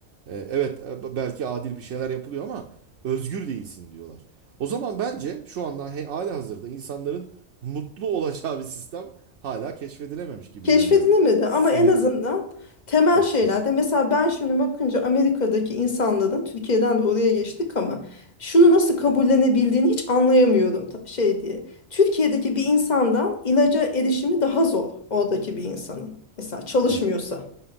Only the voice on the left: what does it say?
Keşfedilemedi
ama en azından temel
şeylerde
mesela ben şimdi bakınca Amerika'daki insanların Türkiye'den de oraya geçtik ama şunu nasıl kabullenebildiğini hiç anlayamıyorum ta- şey diye. Türkiye'deki bir insandan ilaca erişimi daha zor oradaki bir insanın. Mesela çalışmıyorsa.